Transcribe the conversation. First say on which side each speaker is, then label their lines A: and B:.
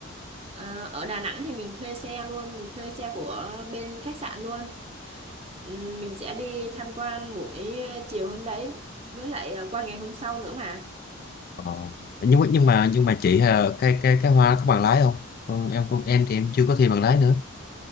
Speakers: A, on the right; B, on the left.
A: ờ, ở Đà Nẵng thì mình thuê xe luôn mình thuê xe của bên khách sạn luôn Ừm, mình sẽ đi tham quan buổi ờ, chiều hôm đấy với lại ờ, qua ngày hôm sau nữa mà
B: Ờ, nhưng mà nhưng mà nhưng mà chị ờ, cái cái cái hoa có bằng lái không ừ, em cũng em thì em chưa có thi bằng lái nữa